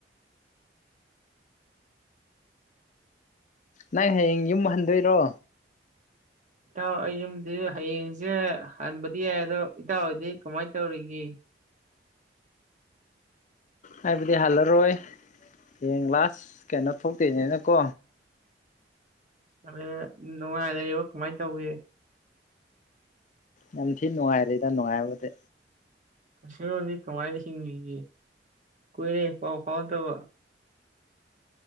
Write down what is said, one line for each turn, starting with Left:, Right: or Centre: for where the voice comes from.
Left: ꯅꯪ ꯍꯌꯦꯡ ꯌꯨꯝ ꯍꯟꯗꯣꯏꯔꯣ?
Right: ꯏꯇꯥꯎ ꯑꯩ ꯌꯨꯝꯗꯤ ꯍꯌꯦꯡꯁꯦ ꯍꯟꯕꯗꯤ ꯌꯥꯏ, ꯑꯗꯣ ꯏꯇꯥꯎꯍꯣꯏꯗꯤ ꯀꯃꯥꯏꯅ ꯇꯧꯔꯤꯒꯦ?
Left: ꯑꯩꯕꯨꯗꯤ ꯍꯜꯂꯔꯣꯏ ꯍꯌꯦꯡ ꯂꯥꯁ ꯀꯩꯅꯣ ꯊꯣꯛꯇꯣꯏꯅꯤꯅꯀꯣ꯫
Right: <unintelligible> ꯅꯨꯡꯉꯥꯏ ꯂꯩꯔꯤꯕꯣ ꯀꯃꯥꯏꯅ ꯇꯧꯒꯦ?
Left: ꯌꯥꯝ ꯊꯤꯅ ꯅꯨꯡꯉꯥꯏꯔꯤꯗ ꯅꯨꯡꯉꯥꯏꯕꯕꯨꯗꯤ꯫
Right: <unintelligible> ꯀꯃꯥꯏꯅ ꯍꯤꯡꯂꯤꯒꯦ ꯀꯨꯏꯔꯦ ꯄꯥꯎ ꯐꯥꯎꯅꯗꯕ꯫